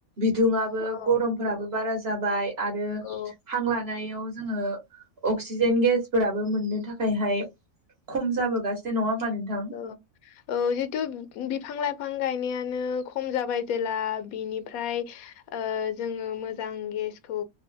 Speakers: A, on the right; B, on the left.
A: बिदुङाबो
B: औ
A: गरमफोराबो बारा जाबाय आरो
B: औ
A: हां लानायाव जोंङो अक्सिजेन गेसफोराबो मोननो थाखायहाय खम जाबोगासिनो नंङा होनबा नोंथां
B: औ औ जितु बिफां - लाइफां गायनायानो खम जाबाय जेला बिनिफ्राय जोंङो मोजां गेसखौ